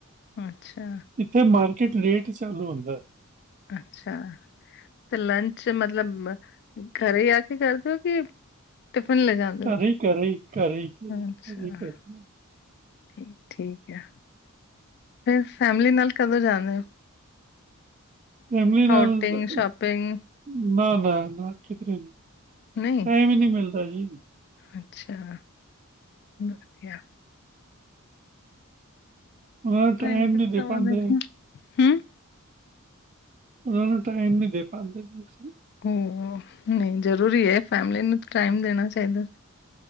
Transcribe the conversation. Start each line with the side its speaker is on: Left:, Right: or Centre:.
Left: ਅੱਛਾ।
Right: ਇੱਥੇ ਮਾਰਕੀਟ ਲੇਟ ਚਾਲੂ ਹੁੰਦੈ।
Left: ਅੱਛਾ। ਤੇ ਲੰਚ ਮਤਲਬ, ਘਰੇ ਆ ਕੇ ਕਰ ਦੇ ਓ ਕੀ ਟਿਫਿਨ ਲੈਜਾ?
Right: ਘਰੇ ਈ ਕਰਨੇ ਆ ਜੀ, ਘਰੇ ਈ-ਘਰੇ
Left: ਅੱਛਾ
Right: ਈ ਕਰਨੇ ਆ।
Left: ਠੀਕ ਠੀਕ ਐ, ਫੇਰ ਫੈਮਲੀ ਨਾਲ ਕਦੋਂ ਜਾਂਨੇ ਓ?
Right: ਫੈਮਲੀ ਨਾਲ,
Left: ਆਊਟਿੰਗ
Right: ਅ
Left: ਸ਼ਾਪਿੰਗ
Right: ਮੈਂ ਨਾ-ਨਾ ਕਿਦਰੇ ਨੀ।
Left: ਨਹੀਂ
Right: ਟਾਈਮ ਈ ਨੀ ਮਿਲਦਾ ਜੀ।
Left: ਅੱਛਾ। ਵਦੀਆ।
Right: ਉਹਨਾਂ ਨੂੰ
Left: ਟਾਈਮ ਕਿੱਤਾ
Right: ਨਹੀਂ ਦੇ ਪਾਉਂਦੇ
Left: <unintelligible> ਹੂੰ।
Right: ਉਨਾਂ ਨੂੰ ਟਾਈਮ ਨਈ ਦੇ ਪਾਂਦੇ ਜੀ ਅਸੀ।
Left: ਹੋ, ਨਈ ਜਰੂਰੀ ਏ ਫੈਮਲੀ ਨੂੰ ਤੇ ਟਾਈਮ ਦੇਣਾ ਚਾਈਦੈ।